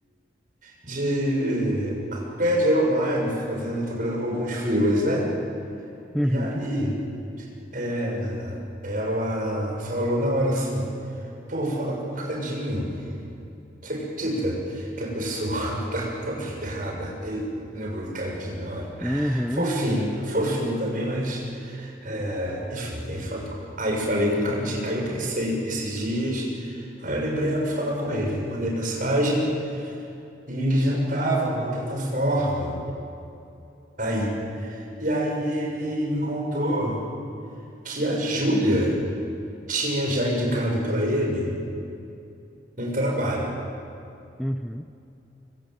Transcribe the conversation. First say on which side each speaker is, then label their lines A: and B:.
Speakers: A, on the right (about 45°); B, in the centre.
A: de eh, ganhar dinheiro online, fazendo, trabalhando com alguns freelas, né?
B: uhum,
A: E aí, é, ela falou na hora assim, pô, fala com o Cadinho. Você acredita que a pessoa <laughs> tá toda ferrada? Ele lembrou do Cadinho na hora.
B: uhum.
A: Fofinho, fofinho também, mas é, enfim, tem esse fator. Aí eu falei com o Cadinho, aí eu pensei esses dias, aí eu lembrei, eu vou falar com ele. Mandei mensagem e ele já estava numa plataforma. Aí E aí ele me contou que a Júlia tinha já indicado pra ele um trabalho.
B: Uhum.